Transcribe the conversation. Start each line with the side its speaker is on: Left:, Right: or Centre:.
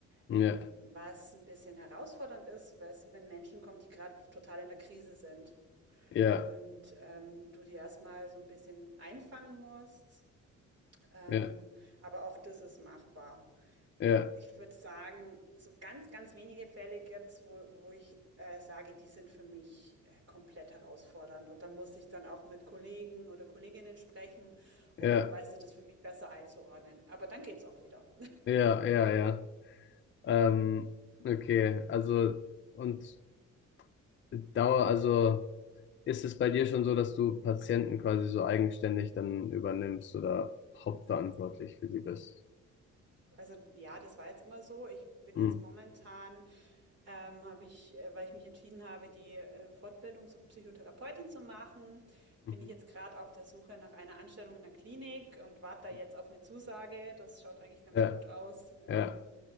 Left: Ja,
Right: Ähm, was ein bisschen herausfordernd ist, weißt du, wenn Menschen kommen, die gerade total in der Krise sind
Left: ja,
Right: und ähm, du die erstmal so ein bisschen einfangen musst. Ähm,
Left: ja,
Right: aber auch das ist machbar.
Left: ja,
Right: Ich würde sagen, so ganz, ganz wenige Fälle gibt's, wo, wo ich äh, sage, die sind für mich äh, komplett herausfordernd. Und da muss ich dann auch mit Kollegen oder Kolleginnen sprechen, um,
Left: ja,
Right: weißt du, das für mich besser einzuordnen. Aber dann geht's auch wieder.
Left: ja, ja, ja. Ähm, okay, also und Dauer, also ist es bei dir schon so, dass du Patienten quasi so eigenständig dann übernimmst oder hauptverantwortlich für sie bist?
Right: Also ja, das war jetzt immer so. Ich bin
Left: Hm.
Right: jetzt momentan, ähm, habe ich, äh, weil ich mich entschieden habe, die äh, Fortbildung zur Psychotherapeutin zu machen,
Left: Mhm.
Right: bin ich jetzt gerade auf der Suche nach einer Anstellung in der Klinik und warte da jetzt
Left: Mhm.
Right: auf eine Zusage. Das schaut eigentlich ganz
Left: Ja,
Right: gut aus. Ähm,
Left: ja.